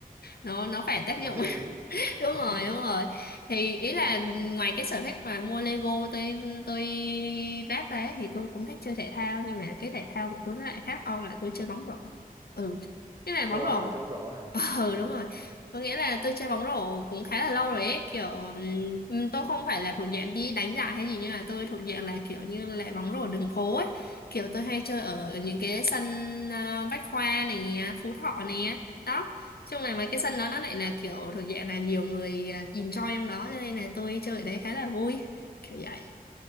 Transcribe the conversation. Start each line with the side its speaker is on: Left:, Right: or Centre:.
Left: nó nó phải tác
Right: không
Left: dụng
Right: hay
Left: đúng
Right: <laughs>
Left: rồi đúng rồi thì ý là ngoài cái sở thích mà mua Lego tôi tôi ráp ra ấy, thì tôi cũng thích chơi thể thao nhưng mà cái thể thao của tôi nó lại khác ông là tôi chơi bóng rổ ừ cái là
Right: ôi
Left: bóng rổ
Right: mà trông bóng rổ hả
Left: ừ
Right: ừ,
Left: <laughs> đúng rồi có nghĩa là tôi chơi bóng rổ cũng khá là lâu rồi ấy kiểu ừm, tôi không phải là thuộc dạng đi đánh giải hay gì nhưng mà tôi thuộc dạng là kiểu như là bóng rổ đường phố ấy kiểu tôi hay chơi ở những cái sân ờ, Bách Khoa này Phú Thọ này đó trong này
Right: ừ.
Left: mấy cái sân đó nó lại là kiểu thuộc dạng là nhiều người à, enjoy trong đó cho nên là tôi chơi ở đấy khá là vui kiểu vậy